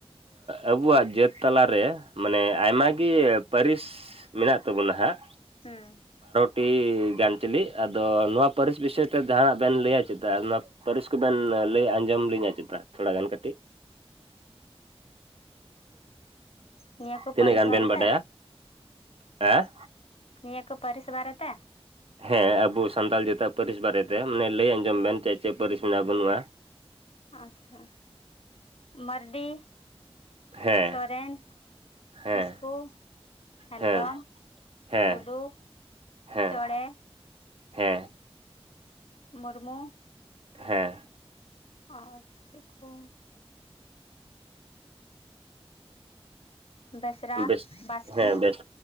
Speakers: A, on the right; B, on the left.
A: ᱟᱵᱩᱣᱟᱜ ᱡᱟᱹᱛ ᱛᱟᱞᱟᱨᱮ ᱢᱟᱱᱮ ᱟᱭᱢᱟ ᱜᱮ ᱯᱟᱹᱨᱤᱥ ᱢᱮᱱᱟᱜ ᱛᱟᱵᱚᱱᱟ ᱦᱟᱜ
B: ᱦᱮᱸ
A: ᱴᱤ ᱜᱟᱱ ᱪᱟᱞᱤ ᱟᱫᱚ ᱱᱚᱣᱟ ᱯᱟᱹᱨᱤᱥ ᱵᱤᱥᱚᱭ ᱛᱮ ᱡᱟᱦᱟᱱᱟᱜ ᱵᱮᱱ ᱞᱟᱹᱭᱟ ᱪᱮᱫᱟ ᱱᱚᱣᱟ ᱯᱟᱹᱨᱤᱥ ᱠᱚᱵᱮᱱ ᱞᱟᱹᱭ ᱟᱸᱡᱚᱢ <unintelligible> ᱛᱷᱚᱲᱟ ᱜᱟᱱ ᱠᱟᱹᱴᱤᱡ
B: ᱱᱤᱭᱟᱹ ᱠᱚ
A: ᱛᱤᱱᱟᱹᱜ
B: ᱯᱟᱹᱨᱤᱥ
A: ᱜᱟᱱ
B: ᱵᱟᱨᱮ
A: ᱵᱮᱱ ᱵᱟᱰᱟᱭᱟ
B: ᱛᱮ
A: ᱦᱮᱸ
B: ᱱᱤᱭᱟᱹ ᱠᱚ ᱯᱟᱹᱨᱤᱥ ᱵᱟᱨᱮ ᱛᱮ
A: ᱦᱮᱸ ᱟᱵᱚ ᱥᱟᱱᱛᱟᱞ ᱡᱟᱹᱛᱟᱹ ᱯᱟᱹᱨᱤᱥ ᱵᱟᱨᱮᱛᱮ ᱢᱟᱱᱮ ᱞᱟᱹᱭ ᱟᱸᱡᱚᱢ ᱵᱮᱱ ᱪᱮᱫ ᱪᱮᱫ ᱯᱟᱹᱨᱤᱥ ᱢᱮᱱᱟᱜ ᱵᱟᱹᱱᱩᱜᱼᱟ᱾
B: ᱟᱪᱪᱷᱟ ᱢᱟᱨᱰᱤ
A: ᱦᱮᱸ
B: ᱥᱚᱨᱮᱱ
A: ᱦᱮᱸ
B: ᱠᱤᱥᱠᱩ ᱦᱮᱢᱵᱨᱚᱢ
A: ᱦᱮᱸ ᱦᱮᱸ
B: ᱴᱩᱰᱩ
A: ᱦᱮᱸ
B: ᱪᱚᱬᱮ
A: ᱦᱮᱸ
B: ᱢᱩᱨᱢᱩ
A: ᱦᱮᱸ
B: ᱟᱨ ᱪᱮᱫ ᱠᱚ ᱵᱮᱥᱨᱟ
A: ᱵᱮᱥ
B: ᱵᱟᱥᱠᱮ
A: ᱦᱮᱸ ᱵᱮᱥ